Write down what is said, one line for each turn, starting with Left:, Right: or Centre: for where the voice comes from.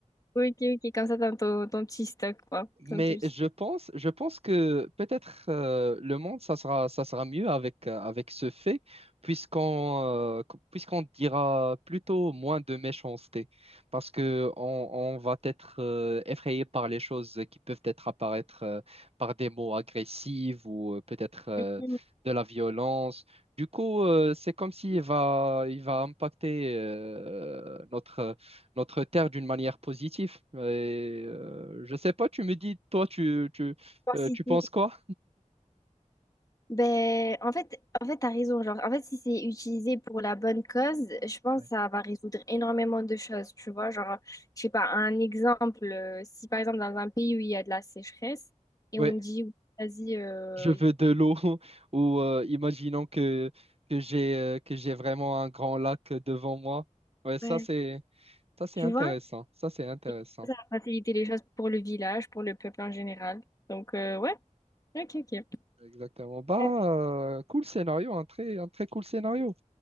Left: ok, ok, comme ça, dans ton, ton petit stock, quoi.
Right: Mais
Left: Ton petit...
Right: je pense, je pense que peut-être euh, le monde, ça sera, ça sera mieux avec, euh, avec ce fait, puisqu'on euh, qu- puisqu'on dira plutôt moins de méchanceté, parce que on, on va être euh, effrayé par les choses qui peuvent être apparaître euh, par des mots agressifs ou euh, peut-être euh,
Left: Une
Right: de la violence. Du coup, euh, c'est comme s'il va, il va impacter euh, notre notre terre d'une manière positive. Et, euh, je sais pas, tu me dis, toi, tu, tu,
Left: diversité.
Right: euh, tu penses quoi?
Left: Ben, en fait, en fait, t'as raison. Genre, en fait, si c'est utilisé pour la bonne cause, je pense
Right: Ouais.
Left: que ça va résoudre énormément de choses, tu vois. Genre, je sais pas, un exemple, euh, si par exemple dans un pays où il y a de la sécheresse et
Right: Ouais,
Left: on dit, vas-y, euh,
Right: je veux
Left: y-
Right: de l'eau <laughs> ou euh, imaginons que, que j'ai euh, que j'ai vraiment un grand lac devant moi. Ouais, ça
Left: ouais,
Right: c'est ça c'est
Left: tu
Right: intéressant.
Left: vois,
Right: Ça c'est intéressant.
Left: Et ça va faciliter les choses pour le village, pour le peuple en général. Donc, euh,
Right: Ouais,
Left: ouais, ok, ok.
Right: exactement. Bah,
Left: Euh,
Right: euh, cool scénario, un très, un très cool scénario.